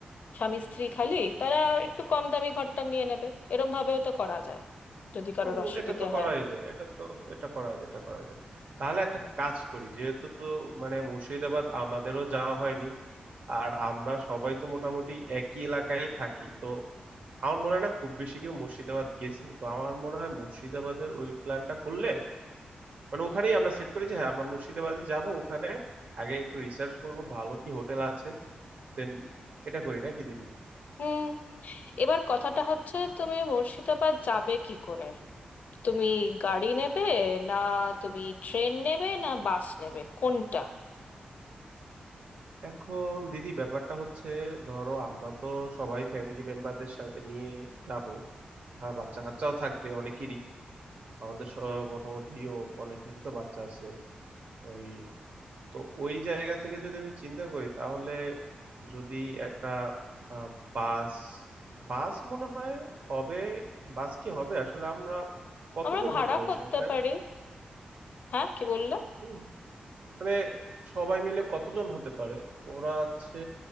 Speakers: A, on the left; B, on the right.
A: স্বামী স্ত্রী খালি তারা একটু কম দামি ঘরটা নিয়ে নেবে এরম ভাবেও তো করা যায় যদি কারোর
B: হুম,
A: অসুবিধে
B: এটা তো করাই
A: হয়
B: যায় এটা তো এটা করা যায় এটা করা যায় তাহলে একটা কাজ করি যেহেতু মানে মুর্শিদাবাদ আমাদেরও যাওয়া হয়নি আর আমরা সবাই তো মোটামুটি একই এলাকায় থাকি তো আমার মনে হয় না খুব বেশি কেউ মুর্শিদাবাদ গেছে তো আমার মনে হয় মুর্শিদাবাদের ওই প্ল্যানটা করলে মানে ওখানেই আমরা সেট করি যে হ্যাঁ আমরা মুর্শিদাবাদই যাব ওখানে আগে একটু রিসার্চ করব ভালো কি হোটেল আছে দেন এটা করি নাকি দিদি
A: হুম এবার কথাটা হচ্ছে তুমি মুর্শিদাবাদ যাবে কি করে তুমি গাড়ি নেবে না তুমি ট্রেন নেবে না বাস নেবে কোনটা
B: এখন দিদি ব্যাপারটা হচ্ছে ধরো আমরা তো সবাই ফ্যামিলি মেম্বারদের সাথে নিয়ে যাব আর বাচ্চা কাচ্চাও থাকবে অনেকেরই আমাদের স- মোটামুটি ও অনেকেরই তো বাচ্চা আছে ওই তো ওই জায়গা থেকে যদি আমি চিন্তা করি তাহলে যদি একটা আহ, বাস বাস মনে হয় হবে বাস কি হবে আসলে আমরা কতজন
A: আমরা ভাড়া
B: হতে পারি
A: করতে
B: সংখ্যায়
A: পারি হ্যাঁ কি বললে
B: হুম। মানে সবাই মিলে কতজন হতে পারে ওরা আছে